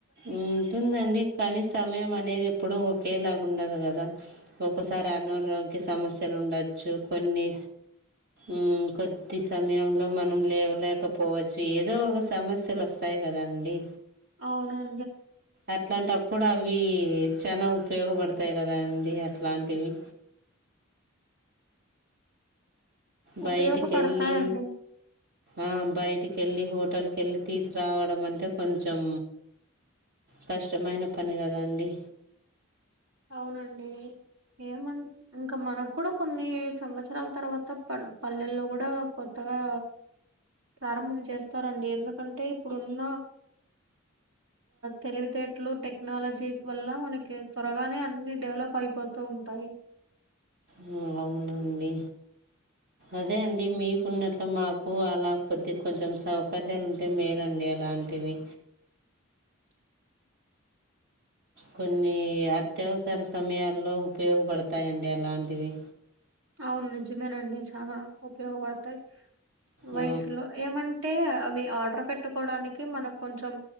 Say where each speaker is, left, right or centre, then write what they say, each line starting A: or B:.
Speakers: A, on the right (about 50°); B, on the right (about 85°).
A: ఉంటుందండి కనీ సమయం అనేది ఎప్పుడు ఒకేలా ఉండదు గదా ఒకోసారి అనారోగ్య సమస్యలుండచ్చు కొన్ని మ్ కొద్ది సమయంలో మనం లేవలేకపోవచ్చు ఏదో ఒక సమస్యలొస్తాయి రండి.
B: అవునం
A: అట్లాంటప్పుడు అవీ చానా ఉపయోగపడతాయి కదా అండి అట్లాంటివి బైటికెళ్ళి
B: ఉపయోగపడతాయండి
A: ఆ బైటికెళ్లి హో హోటల్కెళ్ళి తీసుకురావడం అంటే కొంచం కష్టమైన పని కదండి.
B: అవునండి. ఏమన్ ఇంకా మనక్ కూడా కొన్ని సంవత్సరాల్ తర్వాత పడు పల్లెల్లో గుడా కొత్త ఆ ప్రారంభం చేస్తారండి ఎందుకంటే ఇప్పుడున్న తెలివితేటలు, టెక్నాలజీ వల్ల మనకి త్వరగా నే అన్ని డెవలప్ అయిపోతూ ఉంటాయి.
A: మ్ అవునండి. అదే అండి మీకున్నంత మాకు అలా కొద్ది కొంచెం సౌకర్యాలుంటే మేలండి. ఎలాంటివి
B: <inaudible>
A: కొన్నీ అత్యవసర సమయాల్లో ఉపయోగపడతాయండి అలాంటివి
B: అవున్ నిజమేనండి చాలా ఉపయోగపడతాయి. వయసులో
A: ఆ,
B: ఏమంటే అవి ఆర్డర్ పెట్టుకోవడానికి మనకు కొంచెం